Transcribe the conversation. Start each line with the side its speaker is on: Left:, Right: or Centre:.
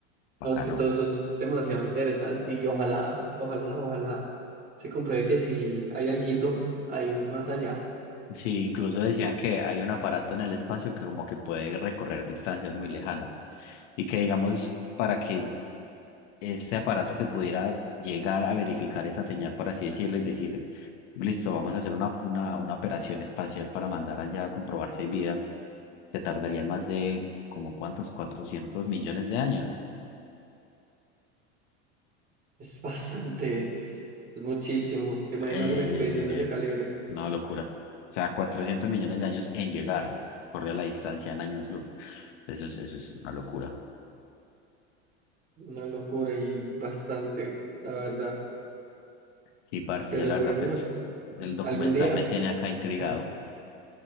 Left: bacano.
Right: Vamos, que todo eso es demasiado interesante y ojalá, ojalá, ojalá se compruebe que si hay alguito ahí más allá,
Left: Sí, incluso decían que hay un aparato en el espacio que como que puede recorrer distancias muy lejanas y que digamos para que este aparato que pudiera llegar a verificar esa señal, por así decirlo, y decir, listo, vamos a hacer una, una, una operación espacial para mandar allá a comprobar si hay vida, se tardarían más de como cuántos, 400 millones de años.
Right: es <laughs> bastante, es muchísimo. ¿Te imaginas
Left: Eh,
Right: una expedición de ese calibre?
Left: no, locura. O sea, 400 millones de años en llegar, corre la distancia en años luz. Eso es, eso es una locura.
Right: Una locura y bastante, la verdad.
Left: Sí, parce,
Right: Pero
Left: yo la verdad,
Right: bueno,
Left: pues
Right: es-
Left: el documental
Right: algún día
Left: me tiene acá intrigado.
Right: <laughs>